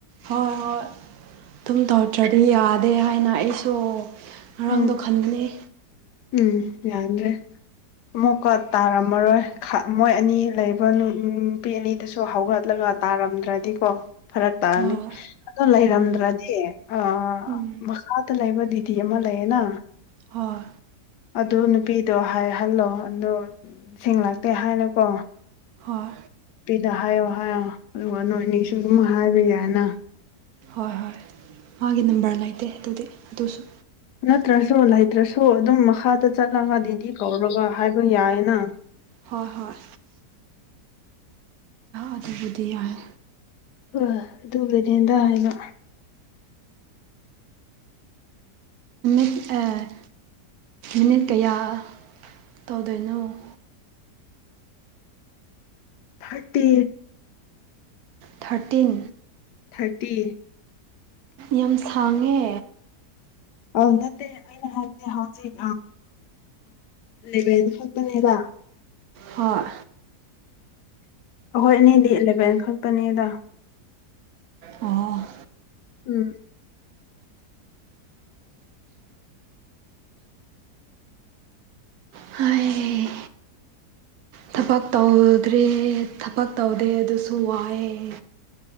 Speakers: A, on the right (about 70°); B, on the left (about 80°).
A: ꯍꯣꯏ ꯍꯣꯏ ꯑꯗꯨꯝ ꯇꯧꯗ꯭ꯔꯗꯤ ꯌꯥ ꯗꯦ ꯍꯥꯏꯅ ꯑꯩꯁꯨ ꯉꯔꯥꯡꯗꯣ
B: ꯎꯝ
A: ꯈꯟꯩ
B: ꯎꯝ ꯌꯥꯗ꯭ꯔꯦ ꯑꯃꯨꯛꯀ ꯇꯥꯔꯝꯃꯔꯣꯏ ꯃꯣꯏ ꯑꯅꯤ ꯂꯩꯕ ꯅꯨꯄꯤ ꯑꯅꯤꯗꯨꯁꯨ ꯍꯧꯒꯠꯂꯒ ꯇꯥꯔꯝꯗ꯭ꯔꯗꯤꯀꯣ ꯐꯔꯛ ꯇꯥꯔꯅꯤ
A: ꯍꯣꯏ
B: ꯑꯣ ꯂꯩꯔꯝꯗ꯭ꯔꯗꯤ
A: ꯎꯝ
B: ꯑ
A: ꯎꯝ
B: ꯃꯈꯥꯗ ꯂꯩꯕ ꯗꯤꯗꯤ ꯑꯃ ꯂꯩꯌꯦꯅ
A: ꯍꯣꯏ
B: ꯑꯗꯨ ꯅꯨꯄꯤꯗꯣ ꯍꯥꯏꯍꯜꯂꯣ ꯑꯗꯣ ꯦꯡꯡꯂꯛꯇꯦ ꯍꯥꯏꯅꯀꯣ
A: ꯍꯣꯏ
B: ꯅꯨꯄꯤꯗ ꯍꯥꯏꯌꯣ ꯍꯥꯏꯌꯣ ꯑꯗꯨꯒ ꯅꯣꯏ ꯑꯅꯤꯁꯨ ꯑꯗꯨꯝ ꯍꯥꯏꯕ ꯌꯥꯏꯅ
A: ꯍꯣꯏ ꯍꯣꯏ ꯃꯥꯒꯤ ꯅꯝꯕꯔ ꯂꯩꯇꯦ ꯑꯗꯨꯗꯤ ꯑꯗꯨꯁꯨ
B: ꯅꯠꯇ꯭ꯔꯁꯨ ꯂꯩꯇ꯭ꯔꯁꯨ ꯑꯗꯨꯝ ꯃꯈꯥꯗ ꯆꯠꯂꯒ ꯗꯗꯤꯗꯤ ꯀꯧꯔꯒ ꯍꯥꯏꯕ ꯌꯥꯏꯌꯦꯅ
A: ꯍꯣꯏ ꯍꯣꯏ ꯑꯗꯨꯕꯨꯗꯤ ꯌꯥꯏ
B: ꯑ ꯑꯗꯨꯕꯨ ꯅꯦꯟꯗ ꯍꯥꯏꯕ
A: ꯑꯦ ꯅꯨꯃꯤꯠ ꯀꯌꯥ ꯇꯧꯗꯣꯏꯅꯣ
B: ꯊꯥꯔꯇꯤ
A: ꯊꯥꯔꯇꯤꯟ
B: ꯊꯥꯔꯇꯤ
A: ꯌꯥꯝ ꯁꯥꯡꯉꯦ
B: ꯑ ꯅꯠꯇꯦ ꯑꯩꯅ ꯍꯥꯏꯦ ꯍꯧꯖꯤꯛ ꯂꯚꯦꯟ ꯐꯛꯇꯅꯤꯗ
A: ꯍꯣꯏ
B: ꯑꯩꯈꯣꯏ ꯑꯅꯤꯗꯤ ꯏꯂꯚꯦꯟ ꯈꯛꯇꯅꯤꯗ
A: ꯑꯣ
B: ꯎꯝ
A: ꯍꯥꯏ ꯊꯕꯛ ꯇꯧꯗ꯭ꯔꯦ ꯊꯕꯛ ꯇꯧꯗꯦ ꯑꯗꯨꯁꯨ ꯋꯥꯏꯑꯦ